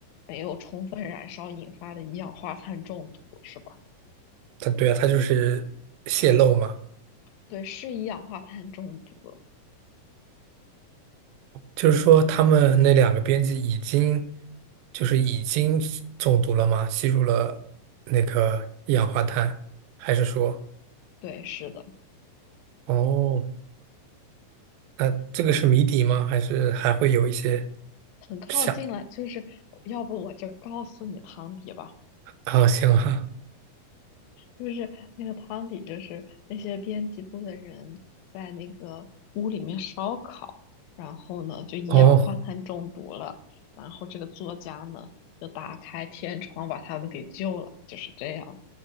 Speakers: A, on the left (about 80°); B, on the right (about 80°).
A: 没有充分燃烧引发的一氧化碳中毒是吧？
B: 它对啊，它就是泄漏嘛，
A: 对，是一氧化碳中毒。
B: 就是说他们那两个编辑已经就是已经吸中毒了吗？吸入了那个一氧化碳，还是说
A: 对，是的，
B: 哦？那这个是谜底吗？还是还会有一些
A: 很靠近了。
B: 想
A: 就是要不我就告诉你汤底吧。
B: 啊？行啊，
A: 就是那个汤底，就是那些编辑部的人在那个屋里面烧烤，然后呢就一氧化碳中毒了，
B: 哦
A: 然后这个作家呢就打开天窗把他们给救了，就是这样。